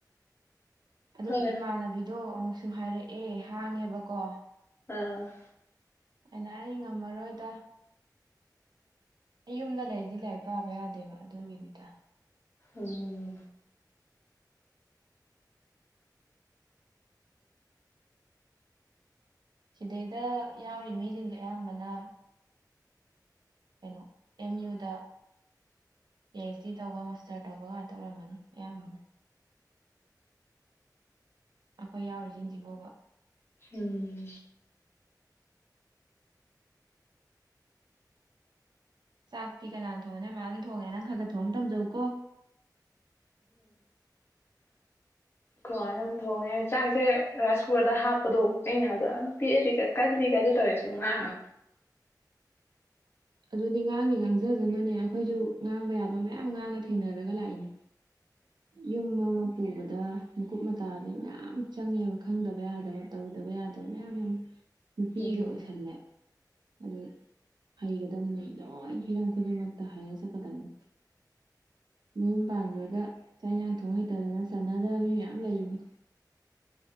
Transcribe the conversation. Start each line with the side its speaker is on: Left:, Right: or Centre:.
Right: ꯑꯗꯨꯒꯤ
Left: ꯈꯪꯉꯦ
Right: ꯏꯃꯥꯟꯅꯕꯤꯗꯣ ꯑꯃꯨꯛꯁꯨ ꯍꯥꯏꯔꯛꯑꯦ ꯍꯥꯡꯉꯦꯕꯀꯣ
Left: ꯎꯝ
Right: ꯑꯩꯅ ꯑꯩ ꯉꯝꯃꯔꯣꯏꯗ ꯑꯩ ꯌꯨꯝꯗ ꯂꯩꯔꯗꯤ ꯂꯥꯏꯔꯤꯛ ꯄꯥꯕ ꯌꯥꯗꯦꯕ ꯑꯗꯨꯒꯤꯅꯤꯗ
Left: ꯎꯝ
Right: ꯁꯤꯗꯩꯗ ꯌꯥꯎꯔꯤ ꯃꯤꯁꯤꯡꯁꯦ ꯑꯌꯥꯝꯕꯅ ꯀꯩꯅꯣ ꯑꯦꯝ ꯌꯨꯗ ꯄꯤ ꯑꯩꯆ ꯗꯤ ꯇꯧꯕ ꯃꯥꯁꯇꯔ ꯇꯧꯕ ꯉꯥꯛꯇ ꯑꯣꯏꯔꯝꯒꯅꯤ ꯑꯌꯥꯝꯕꯅ ꯑꯩꯈꯣꯏ ꯌꯥꯎꯔꯤꯁꯤꯡꯁꯤꯕꯣꯕ
Left: ꯎꯝ
Right: ꯆꯥꯛꯇꯤ ꯀꯅꯥꯅ ꯊꯣꯡꯅꯤ ꯃꯥ ꯑꯗꯨ ꯊꯣꯡꯉꯦ ꯅꯪ ꯈꯔ ꯈꯔ ꯊꯣꯡ ꯇꯝꯖꯧꯀꯣ
Left: ꯀꯃꯥꯏꯅ ꯑꯗꯨ ꯊꯣꯡꯉꯦ ꯆꯥꯛꯁꯦ ꯔꯥꯏꯁ ꯀꯨꯀꯔꯗ ꯍꯥꯞꯄꯗꯣ ꯑꯩꯅ ꯍꯥꯏꯗ ꯄꯤꯑꯗꯤ ꯀꯜꯂꯤ ꯀꯥꯏꯗ ꯇꯧꯔꯦ ꯁꯨꯝ ꯉ
Right: ꯑꯗꯨꯗꯤ ꯉꯥꯡꯉꯦ ꯉꯥꯡꯖꯗꯅꯨꯅꯦ ꯑꯩꯈꯣꯏꯁꯨ ꯉꯥꯡꯕ ꯌꯥꯕ ꯃꯌꯥꯝ ꯉꯥꯡꯉ ꯊꯦꯡꯅꯔꯒ ꯂꯥꯛꯏꯅꯦ ꯌꯨꯝ ꯑꯃ ꯄꯨꯕꯗ ꯃꯀꯨꯞ ꯃꯇꯥꯗ ꯃꯌꯥꯝ ꯆꯪꯉꯦꯕ ꯈꯪꯗꯕ ꯌꯥꯗꯕ ꯇꯧꯗ ꯇꯕ ꯌꯥꯗꯕ ꯃꯌꯥꯝ ꯑꯃ ꯅꯨꯄꯤꯒ
Left: ꯎꯝ
Right: ꯑꯣꯏꯁꯜꯂꯦ ꯑꯗꯨ ꯍꯩꯒꯗꯝꯕꯅꯤ ꯂꯣꯏ ꯍꯤꯔꯝ ꯈꯨꯗꯤꯡꯃꯛꯇ ꯍꯔ ꯆꯠꯀꯗꯝꯕꯅꯤ ꯃꯤꯨꯝ ꯄꯥꯟꯖꯔꯒ ꯆꯌꯥꯡꯊꯣꯡ ꯍꯩꯇꯗꯅ ꯆꯠꯅꯗꯕ ꯃꯤ ꯃꯌꯥꯝ ꯂꯩꯔꯤꯅꯤ